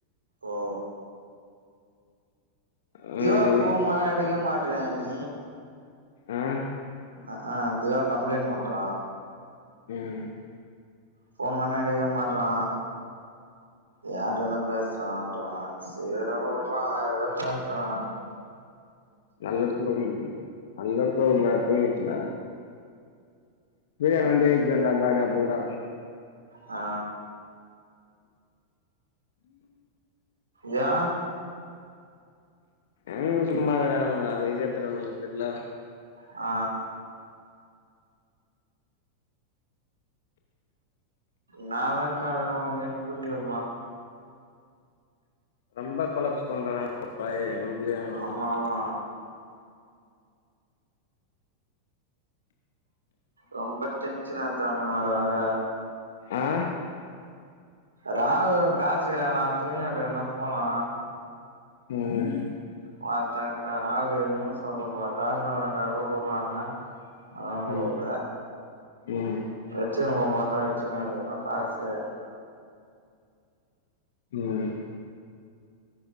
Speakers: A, on the right; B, on the left.
A: ஓ
B: அவரு
A: திவா ஃபோன் பணா எடுக்கவே மாட்றியா நீ
B: ஆ
A: அ ஹ திவா கம்ப்ளைண்ட் பண்றா
B: ம்
A: ஃபோன் பண்ணா எடுக்கவே மாட்றா யார்ட்ட தா பேசுறான்றா சரி அத வுறா யாரட பேசுறா
B: <unintelligible> <unintelligible>
A: ஹ யா
B: எங்க சும்மாருக்கறானுக அத இதயு எடுத்வந் <unintelligible>
A: ஆ ந தா காதன ஒன்னுப் புரிலப்பா
B: ரொம்ப கொழப்ஸ் பண்றாங்க <unintelligible>
A: ஆமா ஆமா ரொம்ப டென்ஷனா எத்தானு வர வர
B: ஆ
A: ராகு காசு கேக்கலா துணியான்னா போலா
B: ம்
A: வா்த்தாக்க ராகர் எதுவுமே சொல்லப்பா காசுனா ஒரு ரெண்டாயம் ரூபாய் கூடுறான்னே அதான் கூடல
B: ம் ம்
A: வச்சிரம பார்த்தா வச்ச காசு <unintelligible>
B: ம்